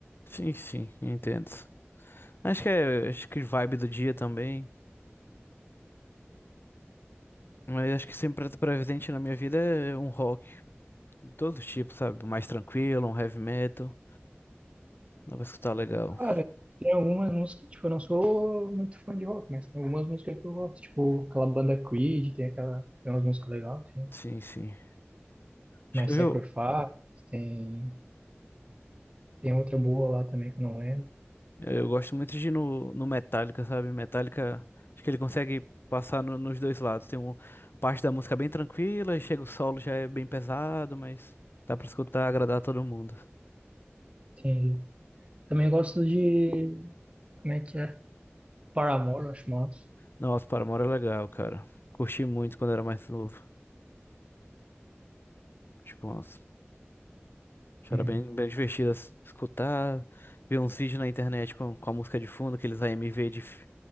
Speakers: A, on the left (about 55°); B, on the right (about 25°).
A: Sim, sim, entendo. Acho que é, acho que vibe do dia também. Mas acho que sempre tá presente na minha vida é um rock. de Todo tipo, sabe? Mais tranquilo, um heavy metal. Dá pra escutar legal.
B: Cara, tem algumas músicas, tipo, eu não sou muito fã de rock, mas tem algumas músicas que eu gosto, tipo, aquela banda Creed, tem aquela, tem umas músicas legais, tem
A: Sim, sim. Acho
B: My
A: que
B: Sacrifice,
A: eu,
B: tem, tem outra boa lá também que eu não lembro.
A: Eu eu gosto muito de ir no, no Metallica, sabe? Metallica, acho que ele consegue passar no- nos dois lados. Tem uma parte da música bem tranquila e chega o solo já é bem pesado, mas dá pra escutar, agradar todo mundo.
B: Entendi. Também gosto de, como é que é? Paramore, eu acho massa.
A: Nossa, Paramore é legal, cara. Curti muito quando era mais novo. Tipo, nossa, já
B: Hum,
A: era bem, bem divertido as- escutar, ver uns vídeos na internet com, com a música de fundo, aqueles AMV de, f-